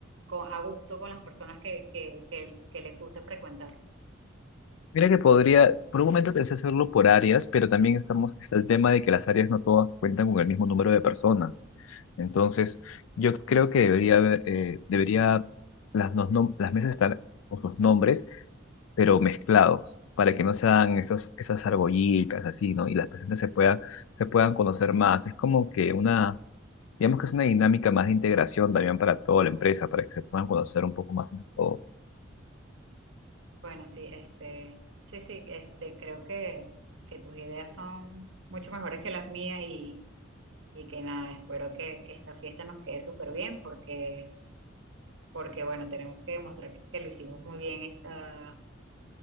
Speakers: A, on the right; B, on the left.
A: con- a gusto con las personas que, que, que que les gusta frecuentar?
B: Mira que podría, por un momento pensé hacerlo por áreas, pero también estamos, está el tema de que las áreas no todas cuentan con el mismo número de personas. Entonces, yo creo que debería haber, eh, debería, las, nos nom- las mesas estar con sus nombres pero mezclados, para que no sean esos, esas argollitas así, ¿no? Y las personas se puedan, se puedan conocer más. Es como que una, digamos que es una dinámica más de integración también para toda la empresa, para que se puedan conocer un poco más entre todos.
A: Bueno, sí, este, sí, sí, este, creo que, que tus ideas son mucho mejores que las mías y, y que nada, espero que, que esta fiesta nos quede súper bien porque, porque, bueno, tenemos que demostrar que lo hicimos muy bien esta,